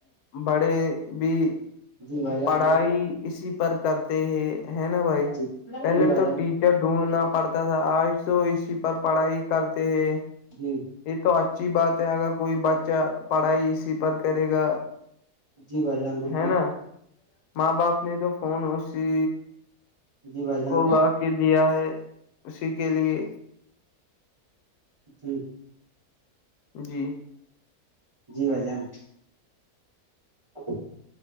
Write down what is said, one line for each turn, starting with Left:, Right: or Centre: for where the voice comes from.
Left: بڑے بھی
Right: جی بھائی جان
Left: پڑھائی
Right: بالکل
Left: اسی پر کرتے ہے ہے نا بھائی
Right: جی
Left: پہلے
Right: جی بھائی
Left: تو
Right: جان
Left: ٹی
Right: بالکل
Left: ڈھونڈنا پڑتا تھا آج تو اسی پر پڑھائی کرتے ہیں
Right: جی
Left: یہ تو اچھی بات ہے اگر کوئی بچہ پڑھائی اسی پر کرے گا
Right: جی بھائی جان بالکل
Left: ہے نا ماں باپ نے تو فون اسی
Right: جی بھائی جان
Left: کو لا کے دیا ہے اسی کے لیے
Right: جی
Left: جی
Right: جی بھجان ہ